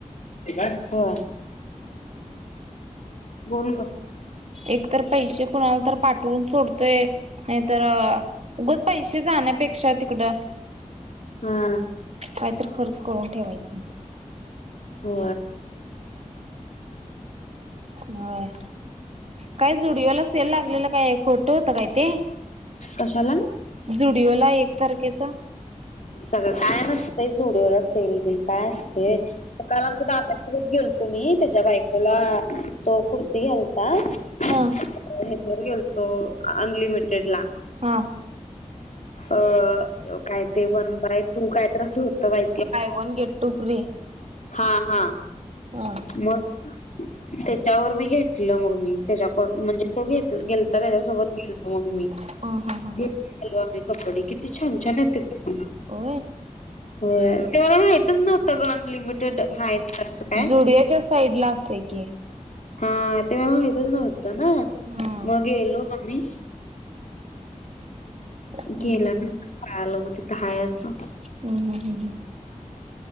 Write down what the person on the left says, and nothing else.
काय हो बोल ग
हा
हो
कशाला
सगळं काय नसतंय जुडओला सेल बिल काय असते सकाल आमच्या दाद्यासोबत गेल तुम्ही त्याच्या बायकोला तो कुर्ती घाल ह्याच्यावर
गेलतो अनलिमिटेड ला
अ कायदे वन बाय तू काय त्रास होत buy
हा हा
मग त्याच्यावर मी घेतलं मग मी त्याच्याक म्हणजे तो घ गेलता त्याच्यासोबत गेलतो मग मी
घेऊन आलो आम्ही कपडे किती छान छान आहेत का
हो ते मला माहितच नव्हतं ग अनलिमिटेड आहेत असं काय
हा ते म माितच नव्हतं ना
मग गेलो आणि
गेल्या
नंतरळा आलं म तिथं हय असं